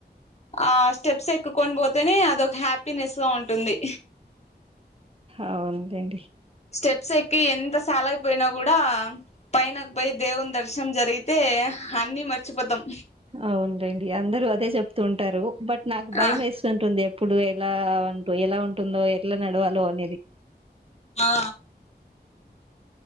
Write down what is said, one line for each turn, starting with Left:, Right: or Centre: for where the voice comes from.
Left: ఆ స్టెప్స్ ఎక్కుకొని పోత్ నే అదే ఒక హ్యాపీనెస్ గా ఉంటుంది
Right: అవునులేండి
Left: స్టెప్స్ ఎక్కి ఎంత. తాలైపోయినా గూడా పైనక్ బోయ్ దేవుని దర్శనం జరిగితే అన్నీ మర్చిపోతాం.
Right: అవునులేండి అందరూ అదే చెప్తూ ఉంటారు బట్. నాకు భయం
Left: ఆ
Right: వేస్తుంటుంది. ఇప్పుడు ఎలా అంటూ ఎలా ఉంటుందో ఎట్లా నడవాలో అనేది.
Left: ఆ.